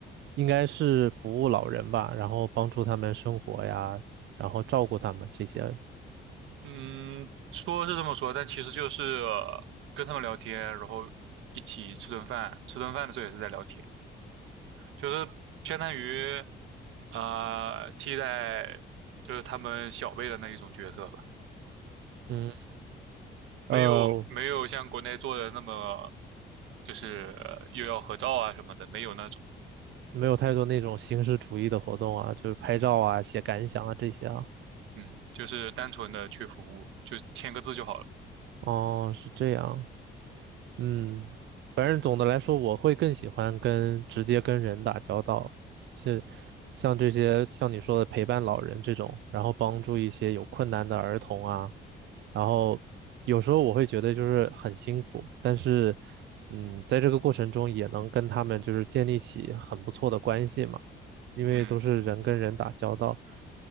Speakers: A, on the right; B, on the right.
A: 应该是服务老人吧，然后帮助他们生活呀，然后照顾他们这些。
B: 嗯，说是这么说，但其实就是呃跟他们聊天，然后一起吃顿饭，吃顿饭的时候也是在聊天，就是相当于呃替代就是他们小辈的那一种角色吧，
A: 嗯，呃，
B: 没有没有像国内做的那么就是呃又要合照啊什么的，没有那种，
A: 没有太多那种形式主义的活动啊，就是拍照啊、
B: 嗯
A: 写感想啊这些啊。
B: 嗯，就是单纯的去服务，就签个字就好了，
A: 哦，是这样。嗯，反正总的来说，我会更喜欢跟直接跟人打交道，是像这些像你说的陪伴老人这种，然后帮助一些有困难的儿童啊，然后有时候我会觉得就是很辛苦，但是嗯，在这个过程中也能跟他们就是建立起很不错的关系嘛，因为都是人跟人打交道，
B: 嗯。